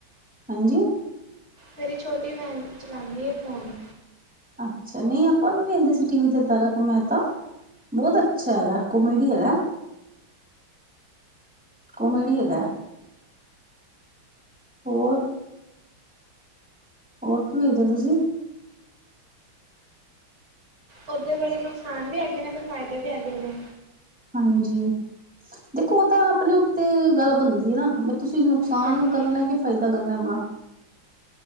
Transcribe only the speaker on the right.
ਮੇਰੀ ਛੋਟੀ ਭੈਣ ਚਲਾਉਂਦੀ ਹੈ ਫੋਨ,
ਓਦੇ ਬੜੇ ਨੁਕਸਾਨ ਵੀ ਹੈਗੇ ਨੇ ਤੇ ਫਾਇਦੇ ਵੀ ਹੈਗੇ ਨੇ।
ਹਾਂਜੀ